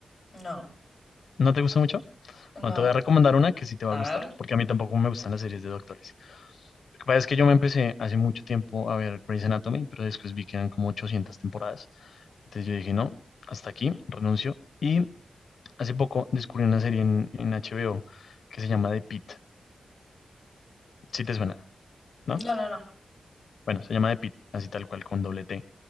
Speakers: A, on the left (about 25°); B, on the left (about 75°).
A: No,
B: ¿No te gusta mucho?
A: no.
B: Bueno, te voy a recomendar una que sí te va
A: A
B: a gustar,
A: ver.
B: porque a mí tampoco me gustan las series de doctores. Lo que pasa es que yo me empecé hace mucho tiempo a ver Grey's Anatomy, pero después vi que eran como 800 temporadas. Entonces yo dije, no, hasta aquí, renuncio. Y hace poco descubrí una serie en, en HBO que se llama The Pitt, si te suena, ¿no?
A: No, no, no.
B: Bueno, se llama The Pitt, así tal cual, con doble T.